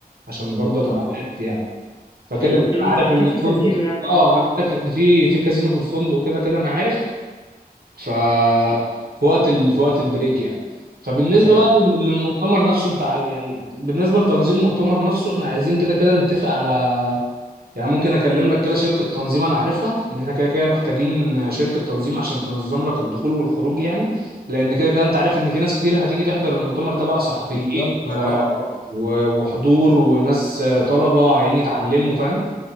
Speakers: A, on the right; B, on the left.
A: عشان برضه تبقى
B: اه آه.
A: عارف يعني فكده
B: حلو
A: كده
B: في
A: انا
B: في
A: عارف
B: اكيد
A: ان الفندق
B: في كازينو يعني
A: اه
B: او في حاجه
A: انا
B: زي
A: عارف
B: كده
A: ان في في كازينو في الفندق وكده كده انا عارف ف في وقت ال... في وقت البريك يعني فبالنسبه
B: ماشي
A: بقى للم- للمؤتمر نفسه انت عاي- يعني بالنسبه لتنظيم المؤتمر نفسه احنا عايزين كده كده نتفق على يعني ممكن اكلم لك كده شركه تنظيم انا عارفها ان احنا كده كده محتاجين شركه تنظيم عشان تنظم لك الدخول والخروج يعني لان كده كده انت عارف ان في ناس كتير هتيجي تحضر المؤتمر ده بقى صحفيين
B: بالظبط
A: و...
B: اه اه آه.
A: و... وحضور وناس طلبه عايزين يتعلموا فاهم